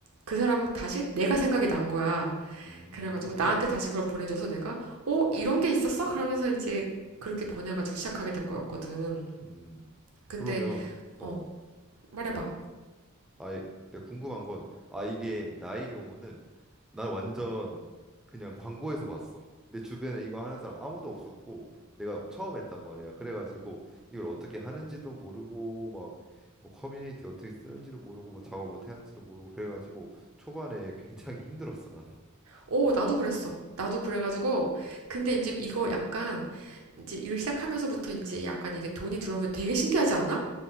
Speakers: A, on the right; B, in the centre.
A: 그 사람은 다시 내가 생각이 난 거야.
B: 음,
A: 그래가지고 나한테 다시 그걸 보내줘서 내가 어 이런
B: 음,
A: 게 있었어? 그러면서 이제 그렇게 보내가지고 시작하게 된 거였거든.
B: 음.
A: 근데
B: 그러면 어,
A: 어 말해봐.
B: 어. 아, 근데 궁금한 건, 아, 이게 나의 경우는 난 완전 그냥 광고에서 봤어. 내 주변에 이거 하는 사람 아무도 없었고, 내가 처음 했단 말이야. 그래가지고 이걸 어떻게 하는지도 모르고, 막 뭐 커뮤니티 어떻게 쓰는지도 모르고, 뭐 작업 어떻게 하는지도 모르고, 그래가지고 초반에 <laughs> 굉장히 힘들었어, 나는.
A: 어 나도 그랬어. 나도 그래가지고 근데 이제 이거 약간 이제 일 시작하면서부터 이제 약간 이게 돈이 들어오면 되게 신기하지 않아?